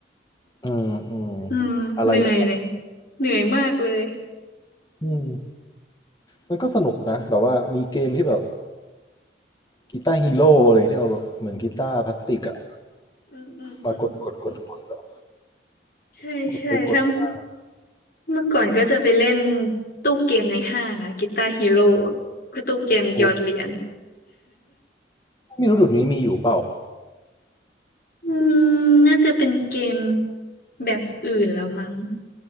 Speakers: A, on the left; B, on the left.
A: อืมอืม
B: อืมเหนื่อยเลย
A: อะไรอย่างเงี้ย
B: เหนื่อยมากเลย
A: อืมมันก็สนุกนะแบบว่ามีเกมที่แบบ กีตาร์ฮีโร่อะไรที่เอาแบบเหมือนกีตาร์พลาสติกอะ
B: อืมอืมอืม
A: มากดกดกดกดอะ
B: ใช่ใช่ถ้า
A: กดไปกดมา
B: เมื่อก่อนก็จะไปเล่นตู้เกมในห้างอ่ะกีตาร์ฮีโร่คือตู้เกมหยอดเหรียญ
A: โอ้ไม่รู้เดุดนี้มีอยู่เปล่า
B: <laughs> อืมน่าจะเป็นเกมแบบอื่นแล้วมั้ง